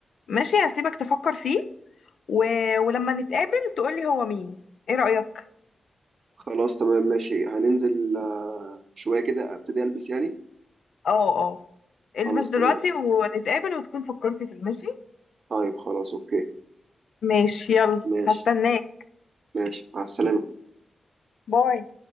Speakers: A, on the left; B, on the right.
A: ماشي هسيبك تفكر فيه و... ولما نتقابل تقولي هو مين ايه رأيك
B: خلاص تمام ماشي هننزل شوية كده ابتدي البس يعني
A: اه اه البس
B: خلاص
A: دلوقتي
B: تمام
A: ونتقابل وتكون فكرتي فيه ماشي
B: طيب خلاص اوكي
A: ماشي يلا
B: ماشي
A: هستناك
B: ماشي مع السلامة
A: باي